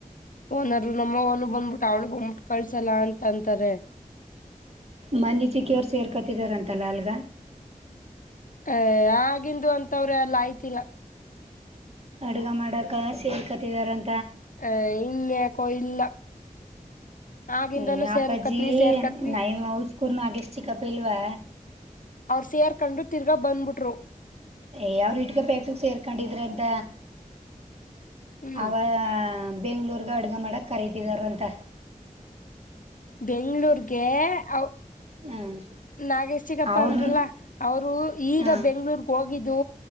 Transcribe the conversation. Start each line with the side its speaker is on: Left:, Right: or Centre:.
Left: ಓನರು ನಮ್ಮ ಮೊ ಬಂದ್ಬಿಟ್ಟು ಅವ್ಳಗ್ ಮುಟ್ ಕಳ್ಸಲ್ಲ ಅಂತ ಅಂತಾರೆ
Right: ಮನಿಜಿಕಿಯವರು ಸೇರ್ಕೊತಿದಾರಂತಲ್ಲ ಅಲ್ಗ
Left: ಏ ಆಗಿಂದು ಅಂತವ್ರ ಎಲ್ಲ ಆಯ್ತಿಲ್ಲ
Right: ಅಡ್ಗ ಮಾಡಕ ಸೇ ಕತ್ತಿದಾರಂ
Left: ಹೇ ಇಲ್ಲಾಕೋ ಇಲ್ಲ ಆಗಿಂದನೂ
Right: ಏ ಅಪ್ಪಾಜಿ
Left: ಸೇರ್ಕತ್ನಿ ಸೇರ್ಕತ್ನಿ
Right: ನಯ ಹೌ ಸ್ಕೂಲ್ ಹಾಗೆ ಚಿಕ್ಕಪ್ಪ ಇಲ್ವಾ
Left: ಸೇರ್ಕಂಡು ತಿರ್ಗಾ ಬಂದ್ಬಿಟ್ರು
Right: ಏ ಯಾವ್ರ ಇಟ್ಗ ಪ್ಯಾಕ್ಕ್ ಸೇರ್ಕೊಂಡಿದ್ರ ಅಂತ
Left: ಹ್ಮ್
Right: ಅವ ಬೆಂಗ್ಳೂರ್ಗ ಅಡ್ಗ ಮಾಡಕ್ ಕರೀತಿದಾರಂತ
Left: ಬೆಂಗ್ಗಳೂರ್ಗೆ ಅವ
Right: ಹ್ಮ್
Left: ನಾಗೇಶ್ ಚಿಕ್ಕಪ್ಪ
Right: ಅವ್ರನ್ನ
Left: ಅಂದ್ರಲ್ಲ ಅವರು ಈಗ
Right: ಹ
Left: ಬೆಂಗ್ಳೂರ್ಗ್ ಹೋಗಿದ್ದು